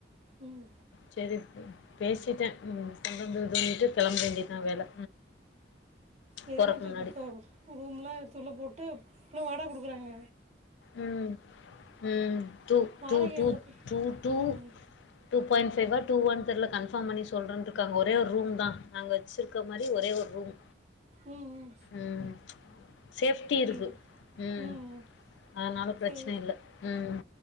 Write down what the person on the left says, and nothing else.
சேரி ப்ரோ பேசிட்டே உம் சண்ட போடுஇது பண்ணிட்டு கிளம்ப வேண்டி தா வேலை
போறக்கு
முன்னாடி
உம் உம் து
து து
தூ
டூ பாயிண்ட் ஃபைவாக டூ வான் தெரில கன்பார்ம் பண்ணி சொல்றேன்ருாங்க ஒரே ஒரு ரூம் தான் நாங்க வச்சுருக்க மாரி ஒரே ஒரு ரூம்
உம் சேப்டி
இருக்கு உம்
அதனால பிரச்சனை
இல்லை ஈம்